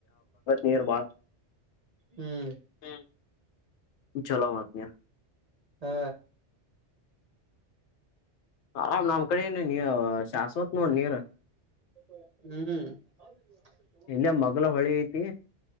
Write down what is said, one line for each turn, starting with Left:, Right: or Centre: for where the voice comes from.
Left: ನೀರ್ ಬಾಳ್.
Right: ಹ್ಮ್
Left: ಹ್ಮ್ ಚಲೋ ಮಧ್ಯ
Right: ಹಾ
Left: ಆರಾಮ್ ನಮ್ಮ ಕಡೆ ಏನ ನೀ ಶಾಶ್ವತ್ ನೋಡ್ ನೀರ್.
Right: ಹ್ಮ್ <inaudible>
Left: ಇನ್ಯ ಮಗ್ಲ ಹೊಳಿ ಐತಿ.